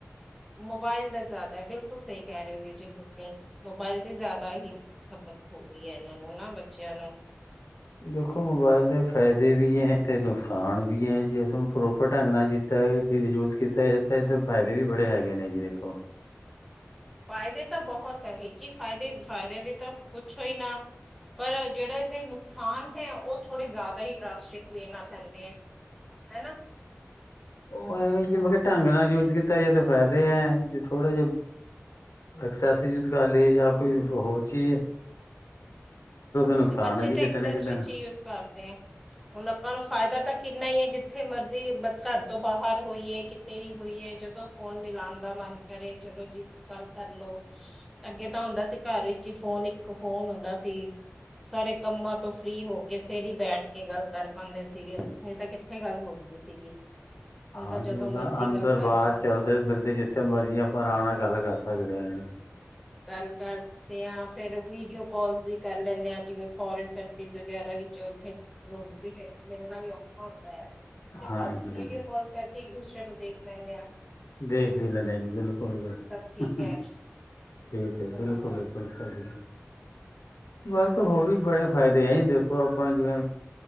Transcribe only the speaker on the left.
ਦੇਖੋ, ਮੋਬਾਇਲ ਦੇ ਫਾਇਦੇ ਵੀ ਹੈ, ਤੇ ਨੁਕਸਾਨ ਵੀ ਹੈ, ਜੇ ਉਸਨੂੰ ਪ੍ਰੋਪਰ ਢੰਗ ਨਾਲ ਜਿੱ ਤਾਂ ਕਿਤੇ ਯੂਜ ਕੀਤਾ ਜਾਦਾ ਇਹ ਤਾਂ ਫ਼ਾਇਦੇ ਵੀ, ਬੜੇ ਹੈਗੇ ਨੇ ਜੀ ਦੇਖੋ
ਉਹ ਐਵੇਂ, ਜਿਵੇਂ ਢੰਗ ਨਾਲ ਯੂਜ ਕੀਤਾ ਜਾਂਏ ਤਾਂ ਫਾਇਦੇ ਆ ਜੇ ਥੋੜੇ ਜਿਹੇ ਐਕਸੈਸ, ਯੂਜ ਕਰ ਲਈਏ, ਜਾਂ ਕੋਈ ਹੋਰ ਚੀਜ਼ ਨੁਕਸਾਨ
ਹੈ ਜੀ
ਕਿਤੇ
ਨਾ ਕਿਤੇ
ਨਾ
ਹਾਂਜੀ,
ਹੁਨ
ਤਾਂ ਅੰਦਰ-
ਬਾਰ, ਚਲਦੇ -ਫਿਰਦੇ ਜਿੱਥੇ ਮਰਜੀ ਆਪਾਂ ਰਾਮ ਨਾਲ ਗੱਲ ਕਰ ਸਕਦੇ ਆਂ।
ਹਾਂਜੀ
ਹਾਂ
ਦੇਖ ਈ ਲੈਂਨੇ, ਬਿਲਕੁਲ-ਬਿਲਕੁਲ।
ਠੀਕ ਐ
ਬਿਲਕੁਲ <unintelligible> <unintelligible>
ਹੋਰ ਵੀ ਬੜੇ ਫਾਏਦੇ ਆਂ ਦੇਖੋ ਆਪਾਂ ਜਿਵੇਂ